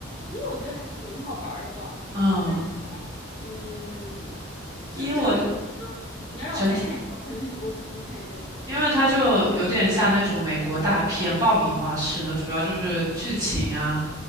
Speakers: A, on the left; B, on the right.
A: 一我觉得还挺好玩儿的吧，
B: 嗯，
A: 但是嗯，
B: 一我
A: 就整体我可能你要让我再看一遍，
B: 整体。
A: 我肯定是不会重新看一遍的。
B: 因为它就有点像那种美国大片爆米花式的，主要就是剧情啊，